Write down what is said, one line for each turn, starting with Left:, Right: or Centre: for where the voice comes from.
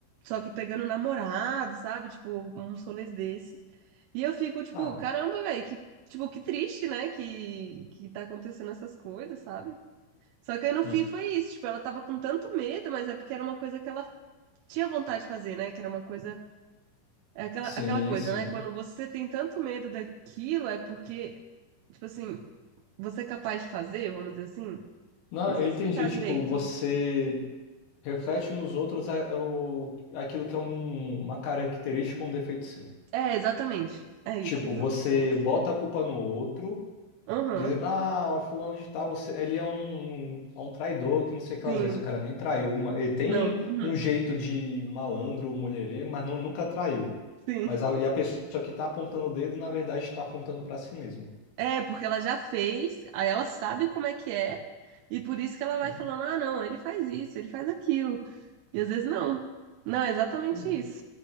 Right: só que pegando namorado, sabe? Tipo, uns rolês desses. E eu fico, tipo,
Left: cara.
Right: caramba, velho, que tipo, que triste, né? Que que tá acontecendo essas coisas, sabe? Só que aí no
Left: Hum,
Right: fim foi isso, tipo, ela tava com tanto medo, mas é porque era uma coisa que ela tinha vontade de fazer, né? Que era uma coisa. é Aquela,
Left: sim,
Right: aquela coisa,
Left: sim.
Right: né? Quando você tem tanto medo daquilo, é porque, tipo assim, você é capaz de fazer, vamos dizer assim?
Left: Não,
Right: Não sei
Left: eu entendi.
Right: explicar
Left: Tipo,
Right: direito.
Left: você reflete nos outros a- o- aquilo que é um- uma característica ou um defeito seu.
Right: É, exatamente. É
Left: Tipo,
Right: isso, esse
Left: você
Right: é o ponto.
Left: bota a culpa no outro.
Right: Aham,
Left: Dizendo, ah, o fulano de tal, você, ele é um, é um traidor, que não sei o que,
Right: sim.
Left: às vezes o cara nem traiu. ma- Ele tem
Right: Não, uhum,
Left: um jeito de malandro, mulherengo, mas não, nunca traiu.
Right: sim.
Left: Mas a, e a pessoa que tá apontando o dedo, na verdade, está apontando para si mesmo.
Right: É, porque ela já fez, aí ela sabe como é que é, e por isso que ela vai
Left: Hum,
Right: falando, ah, não, ele faz isso, ele faz aquilo. E às vezes não. Não, é exatamente
Left: sim,
Right: isso.